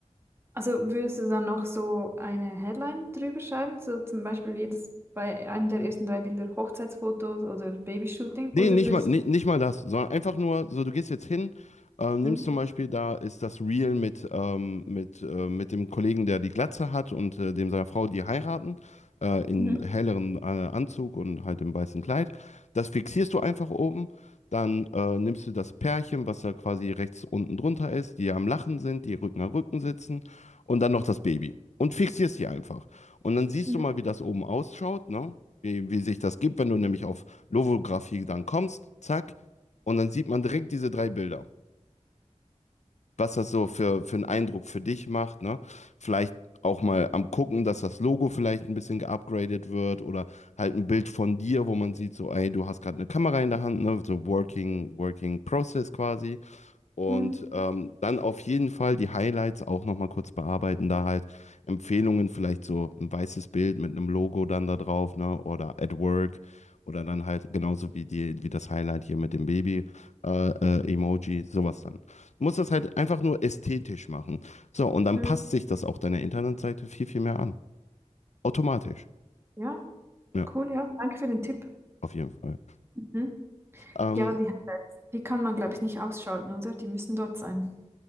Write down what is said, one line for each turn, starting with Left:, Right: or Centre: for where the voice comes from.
Right: Also würdest du dann noch so eine Headline drüber schreiben? So zum Beispiel jedes bei einem der ersten drei Bilder Hochzeitsfotos oder Babyshooting?
Left: Nee,
Right: Oder
Left: nicht
Right: würdest
Left: mal, nee, nicht mal das, sondern einfach nur, so du gehst jetzt hin, äh, nimmst
Right: du. Mhm.
Left: zum Beispiel, da ist das Reel mit, ähm, mit, äh, mit dem Kollegen, der die Glatze hat und äh, dem seiner Frau, die heiraten, äh, in
Right: Mhm.
Left: helleren äh, Anzug und halt im weißen Kleid. Das fixierst du einfach oben, dann äh, nimmst du das Pärchen, was da quasi rechts unten drunter ist, die am Lachen sind, die Rücken an Rücken sitzen und dann noch das Baby und fixierst sie einfach. Und dann siehst
Right: Mhm.
Left: du mal, wie das oben ausschaut, ne? Wie, wie sich das gibt, wenn du nämlich auf Lovographie dann kommst, zack, und dann sieht man direkt diese drei Bilder. Was das so für, für einen Eindruck für dich macht, ne? Vielleicht auch mal am gucken, dass das Logo vielleicht ein bisschen geupgradet wird oder halt ein Bild von dir, wo man sieht, so, ey, du hast gerade eine Kamera in der Hand, ne? So Working, Working Process quasi. Und
Right: Mhm.
Left: ähm, dann auf jeden Fall die Highlights auch nochmal kurz bearbeiten, da halt Empfehlungen, vielleicht so ein weißes Bild mit einem Logo dann da drauf, ne? Oder at work. Oder dann halt genauso wie die, wie das Highlight hier mit dem Baby äh, äh, Emoji, sowas dann. Du musst das halt einfach nur ästhetisch machen. So, und dann
Right: Mhm.
Left: passt sich das auch deiner Internetseite viel, viel mehr an. Automatisch.
Right: Ja,
Left: Ja,
Right: cool, ja. Danke für den Tipp.
Left: auf jeden Fall.
Right: Mhm.
Left: Ähm,
Right: Ja, die Highlights, die kann man, glaube ich, nicht ausschalten, oder? Die müssen dort sein.